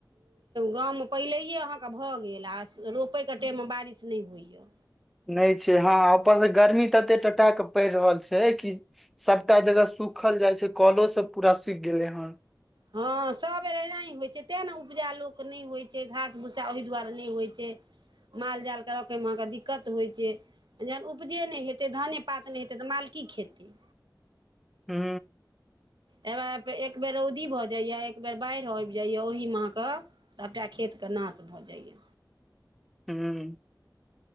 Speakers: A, on the right (about 80°); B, in the centre.
A: गाम मे पहिलेेहिये अहाँके भऽ गेल आ रोपै कटेमे बारिश नहि होइए
B: नहि छै हँ ऊपर त गर्मी तऽ एते टटा क पड़ि रहल छै कि सभटा जगह सूख सूखल जाइ छै कलो सब पूरा सुखि गेलै हन
A: हँ सभ बेर एनाही होइत छै तैँ ने उपजा लोक नहि होइत छै घास भूसा ओहि दुआरे नहि होइत छै माल जालकेँ रखैमे अहाँकेँ दिक्कत होइ छै जहखन उपजे नहि हेतै धाने पात नहि हेतै तऽ मालकी खेतै
B: हू
A: ह एक बेर रौदी भऽ जाइया एक बेेर बाढ़ि आबि जाइया ओहिीमे अहाँके सभटा खेतके नाश भऽ जाइए
B: हुँ